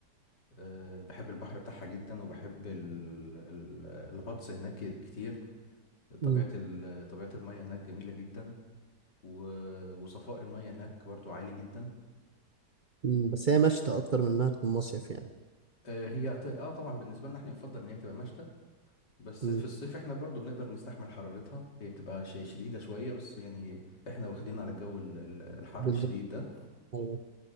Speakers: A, on the left; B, on the right.
A: آه، بحب البحر بتاعها جدا وبحب ال- ال- الغطس هناك كتير طبيعة
B: مم.
A: ال- طبيعة المياه هناك جميلة جدا و- وصفاء المياه هناك برضو عالي جدا
B: مم. بس هي مشتى أكتر من إنها تكون مصيف يعني
A: آه، هي ت- اه طبعا بالنسبة لنا احنا يفضل ان هي تبقى مشتى بس
B: مم.
A: في الصيف احنا برضو بنقدر نستحمل حرارتها هي بتبقى شيء شديدة شوية بس يعني احنا واخدين على الجو ال- ال- الحر
B: بالظبط
A: الشديد ده
B: أيوه